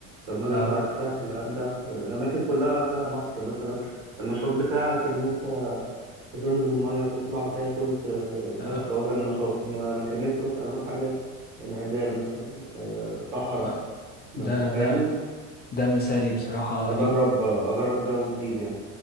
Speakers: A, on the right; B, on the left.
A: لما اجي
B: اه
A: اطلع الساحل ارجع ف- الاماكن كلها فيها بحر مثلا النشاط بتاعك ان انت تنزل الميه تطلع تاكل ت... بس
B: اه,
A: هو ده النشاط انما انا كان نفسي مثلا اروح حاجه انعزال مثلا آه، صحراء
B: آه.
A: ما
B: ده ده
A: فاهمني
B: ده مثالي بصراحة
A: اجرب
B: ليك
A: آه، اجرب جو جديد يعني